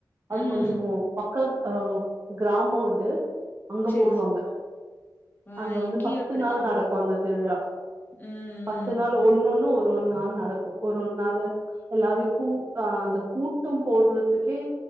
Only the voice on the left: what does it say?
ம்.
சரி,
சரி. அ
இங்கேயும்
அப்படிதான்.
ம்,
ம்.